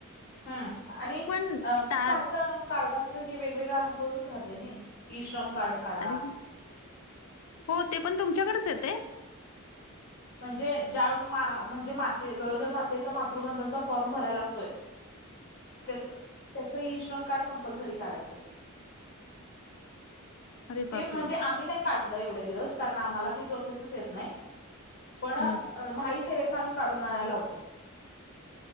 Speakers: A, on the left; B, on the left.
A: हम्म. आणि
B: पण
A: अ
B: ता
A: सारखं - कार्डांच हे वेगवेगळ होतच राहतंय नाई? ई श्रम कार्ड- काढा
B: <unintelligible> हो ते पण तुमच्याकडेच येतंय?
A: म्हणजे ज्या मा म्हणजे माते गरोदर मातेचं मातृबंधनचा फॉर्म भरायला लागतोय.
B: <inaudible>
A: त्याचं त्याचं ई-श्रम कार्ड कम्पल्सरी काढायचं.
B: अरे
A: ते
B: बापरे!
A: म्हणजे आम्ही नाही काढलं एवढे दिवस कारण आम्हाला ती प्रोसेसच येत नाही पण अ
B: हं.
A: महा ई सेवेतनं आम्ही काढून आणाय लावतोय.